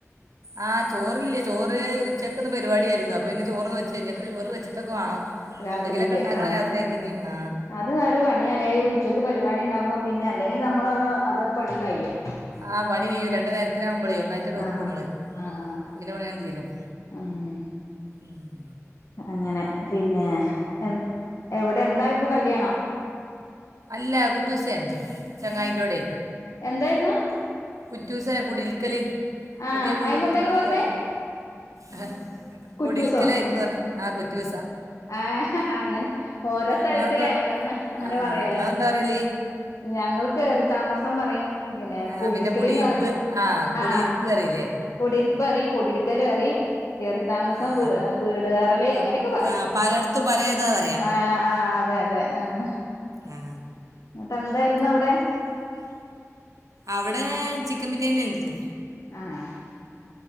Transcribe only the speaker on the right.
ആഹ് ചോറ്ല്ല ചോറ് ഉച്ചക്ക്ന്ന് പരിപാടിയേര്ന്നു അപ്പ പിന്നെ ചോറൊന്നു വെച്ച്ല ഞ്ഞക്ക ചോറ് വെച്ച്ട്ടൊക്കെ വാണം.
എന്തെങ്കിലൊക്കെ ഉണ്ടാക്കണം
രാത്രിയേക്കിനി ആ
ആ പണി കഴിയും രണ്ട് നേരത്തിനാവുമ്പളേ ഒന്നായിട്ടങ്ങ് വെക്കും
നമ്മള്
പിന്നെ വേഗം തീരും
ഉം.
അല്ല കുറ്റൂസൻ ചങ്ങായിന്റവിടെ
കുറ്റൂസെ കുടിൽക്കല്
പുതിയ വീട്
ടുത്ത്
പാർത്ത
ഹെ.
കുടിൽക്കലായിര്ന്നു അർഞ് ആഹ് കുറ്റൂസാ.
നിങ്ങളെന്താ
ആ
നിങ്ങളെന്താ പറയല്
ആ
പിന്നെ കുടിയിരിപ്പ്
കുടിയിരിപ്പ്
അറിയില്ലേ
ആ
അത്
ആ പലയിടത്തും പലതാ പറയാ
ആ
അപ്പ എന്തായിരുന്നു അവിടെ അവിടേ ചിക്കം ബിരിയാണിയാര്ന്നു.